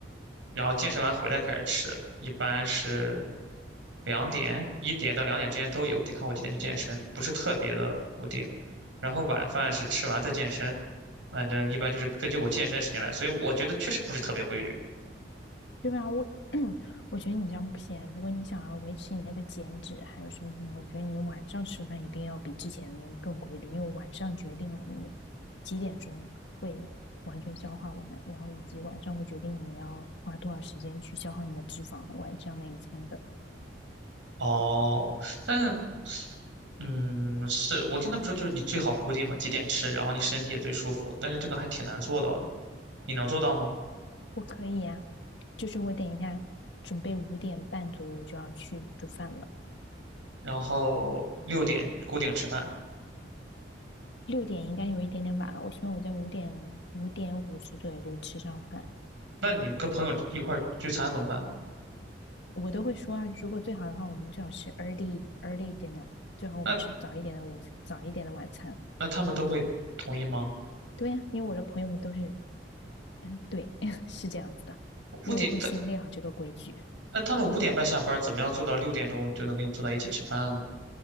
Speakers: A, on the right; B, on the left.
A: 然后健身完回来开始吃，一般是两点、一点到两点之间都有，得看我几点去健身，不是特别的固定。然后晚饭是吃完再健身，反正一般就是根据我健身时间来，所以我觉得确实不是特别规律。
B: 对吧？我 <clears throat> 我觉得你这样不行啊。如果你想要维持你那个减脂，还有什么什么，我觉得你晚上吃饭一定要比之前的更规律，因为晚上决定了你几点钟会完全消化完，然后以及晚上会决定你要花多少时间去消耗你的脂肪，晚上那一餐的。
A: 哦，但嗯，是我听他们说，就是你最好固定嘛，几点吃，然后你身体也最舒服，但是这个还挺难做到的，你能做到吗？
B: 我可以呀、就是我等一下准备五点半左右我就要去煮饭了，
A: 然后六点固定吃饭。
B: 六点应该有一点点晚了。我希望我在五点五点五十左右就吃上饭。
A: 那你跟朋友一块儿聚餐怎么办呢？
B: 我都会说啊，如果最好的话，我们最好是 early early dinner，最好我们吃早一点的午餐，
A: 那
B: 早一点的晚餐。
A: 那他们都会同意吗？
B: 对呀、因为我的朋友们都是，嗯，对，<laughs> 是这样子的，
A: 五点，
B: 因为我会先列好这个规矩。
A: 他那他们五点半下班，怎么样做到六点钟就能跟你坐在一起吃饭呢？